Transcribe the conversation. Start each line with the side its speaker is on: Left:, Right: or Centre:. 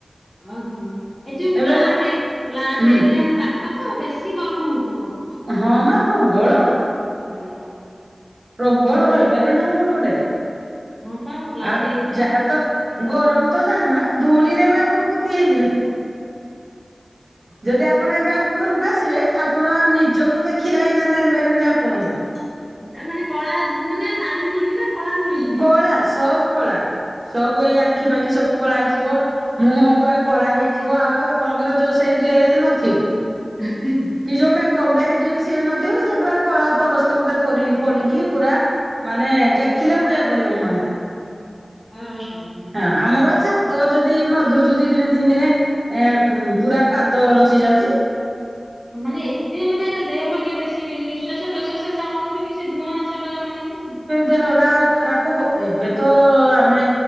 Left: ଓହଁ, ଏ ଯୋଉ
Right: ଏବେ
Left: ପ୍ଲାଣ୍ଟ,
Right: ମା
Left: ପ୍ଲାଣ୍ଟ
Right: ହୁଁ
Left: ଏରିଆ ପା ଖ ତ ବେଶୀ ଗରମ ହଉଥିବ।
Right: ହଁ ମା ପ୍ରବଳ।
Left: ହଁ।
Right: ପ୍ରବଳ ରହିପାରିବ ନା ଆମର ଏପଟେ,
Left: ହଁ ପା ପ୍ଲାଣ୍ଟ
Right: ଆଉ
Left: ଏରିଆ
Right: ଯାହା ତ। ଗରମ ତ ଯାହା ମା ଧୂଳିରେ ବି ଆପ ଆପଣ ପୋତି ହେଇଯିବେ, ଯଦି ଆପଣ ଏବେ ଆମ ଘରକୁ ଆସିବେ। ଆପଣ ନିଜକୁ ଦେଖିଲା ଆଇନାରେ ଜାଣିପାରିବନି ଯେ ଆପଣ ବୋଲି।
Left: ଆ ମାନେ କଳା ମାନେ ନାଲି ଧୂଳି ନା କଳା ଧୂଳି।
Right: କଳା ସବୁ କଳା ସବୁ
Left: ଆରେ
Right: ଏଇ
Left: ଚୁଇଁ।
Right: ଆଖି ପାଖି ସବୁ। କଳା ହେଇଯିବ, ମୁହଁ ପୁରା କଳା ହେଇଯିବ ଆଉ ଆପଣଙ୍କର ଯୋଉ ସେଇ ଗ୍ଲେଜ୍ ନଥିବ।
Left: <unintelligible>
Right: ଏଇ ଯୋଉ ମେକଅପ୍ ଟା ହେଇଥିବ ବି ସିଏ ନଥିବ ସେ ପୁରା କଳା ପରସ୍ତ ଗୋଟେ ପରି ପରିକି ପଡିକି ପୁରା। ମାନେ ଦେଖିଲେ ଭୟ କରିବେ ମୁହଁଟା।
Left: ହଁ, ହୁଁ।
Right: ଆମର ବା ଛାତ ଯଦି ନ ଧୋଉଛୁ ଦି ଦିନେ ତିନି ଦିନେ। ଏଁ କ୍ ପୁରା ପାଦ ରଚି ଯାଉଛି।
Left: ମାନେ ଏତେ ମାନେ ଏରା ଦେହ ଅବାଗିଆ ବେଶୀ ବି ନିଶାସ ପ୍ରଶ୍ୱାସରେ ଯାଉନଥିବ କି ସେ ଧୂଆଁ ସେଟା ମାନେ ଇଏ ନୁହଁ।
Right: ଦେହ ଟା ଆଉ ଖରାପ ହଉ ଏବେ ତ ଆମେ।